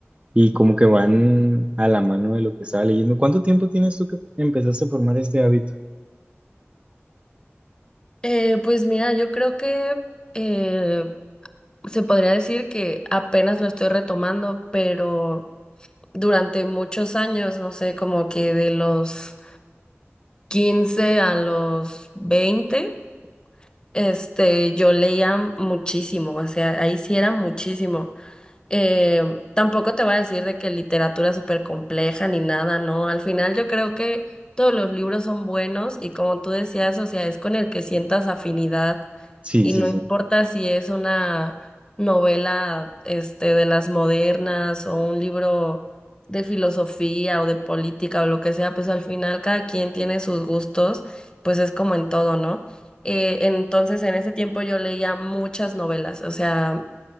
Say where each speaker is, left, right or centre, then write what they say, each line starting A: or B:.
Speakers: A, on the right; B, on the left.
A: y como que van a la mano de lo que estaba leyendo. ¿Cuánto tiempo tienes tú que empezaste a formar este hábito?
B: Eh, pues mira, yo creo que eh, se podría decir que apenas lo estoy retomando, pero durante muchos años, no sé, como que de los 15 a los 20. Este, yo leía muchísimo, o sea, ahí sí era muchísimo. Eh, tampoco te voy a decir de que literatura súper compleja ni nada, ¿no? Al final yo creo que todos los libros son buenos y como tú decías, o sea, es con el que sientas afinidad
A: Sí,
B: y
A: sí,
B: no
A: sí.
B: importa si es una novela este de las modernas o un libro de filosofía o de política o lo que sea, pues al final cada quien tiene sus gustos, pues es como en todo, ¿no? Eh, entonces en ese tiempo yo leía muchas novelas, o sea,